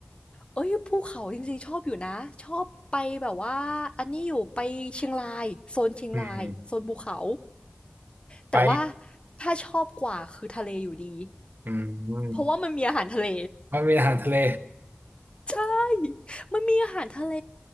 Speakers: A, on the left; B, on the right.
A: เอ้ยภูเขาจริงๆชอบอยู่นะชอบไปแบบว่าอันนี้อยู่ไปเชียงรายโซนเชียงรายโซนภูเขา
B: อืม
A: แต่ว่า
B: ไป
A: ถ้าชอบกว่าคือทะเลอยู่ดี
B: อืม
A: เพราะว่ามันมีอาหารทะเล
B: มันมีอาหารทะเล
A: ใช่มันมีอาหารทะเล